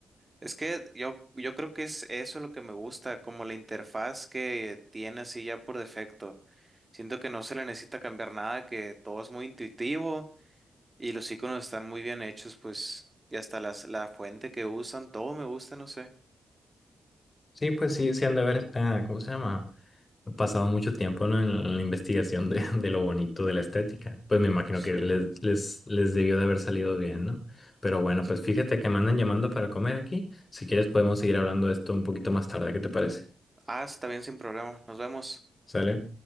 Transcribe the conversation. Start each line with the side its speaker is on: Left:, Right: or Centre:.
Right: Es que yo, yo creo que es eso lo que me gusta, como la interfaz que tiene así ya por defecto. Siento que no se le necesita cambiar nada, que todo es muy intuitivo Y los iconos están muy bien hechos, pues, y hasta las, la fuente que usan, todo me gusta, no sé.
Left: Sí, pues sí, sí han de haber, ah, ¿cómo se llama? Ha Pasado mucho tiempo, ¿no? en la investigación de, <laughs> de lo bonito de la estética. Pues me imagino
Right: Sí,
Left: que les, les, les debió de haber salido bien, ¿no? Pero bueno,
Right: sí.
Left: pues fíjate que me andan llamando para comer aquí. Si quieres podemos seguir hablando de esto un poquito más tarde, ¿qué te parece?
Right: Ah, está bien, sin problema. Nos vemos.
Left: ¿Sale?